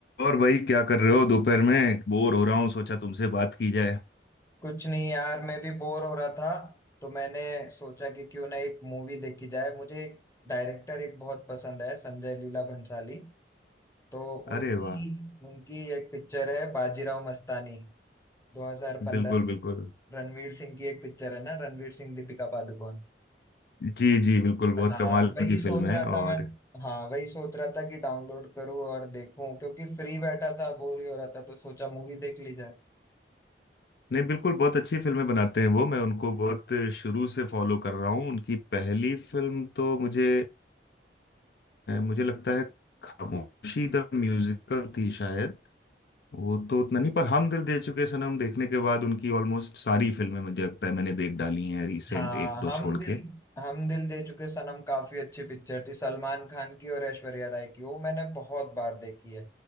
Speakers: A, on the left (about 65°); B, on the left (about 15°).
A: और भाई क्या कर रहे हो दोपहर में बोर हो रहा हूँ सोचा तुमसे बात की जाए
B: कुछ नहीं यार मैं भी बोर हो रहा था तो मैंने सोचा कि क्यों ना एक मूवी देखी जाए मुझे एक डायरेक्टर एक बहुत पसंद है संजय लीला भंसाली तो
A: अरे
B: उनकी
A: वाह
B: उनकी एक पिक्चर है बाजीराव मस्तानी 2015
A: बिल्कुल बिल्कुल
B: रणवीर सिंह की एक पिक्चर है ना रणवीर सिंह दीपिका पादुकोण
A: जी जी बिल्कुल बहुत
B: हाँ
A: कमाल
B: वही
A: की फिल्म
B: सोच
A: है
B: रहा
A: और
B: था मैं हाँ वही सोच रहा था कि डाउनलोड करूँ और देखूं क्योंकि फ्री बैठा था बोर ही हो रहा था तो सोचा मूवी देख ली जाए
A: नहीं बिल्कुल बहुत अच्छी फिल्में बनाते हैं वो मैं उनको बहुत शुरू से फॉलो कर रहा हूँ उनकी पहली फिल्म तो मुझे अ, मुझे लगता है खामोशी द म्यूजिकल थी शायद वो तो उतना नहीं पर हम दिल दे चुके सनम देखने के बाद उनकी ऑलमोस्ट सारी फिल्में मुझे लगता है मैंने देख डाली हैं रिसेंट
B: हाँ
A: एक दो
B: हम
A: छोड़
B: दिल
A: के
B: हम दिल दे चुके सनम काफी अच्छी पिक्चर थी सलमान खान की और ऐश्वर्या राय की वो मैंने बहुत बार देखी है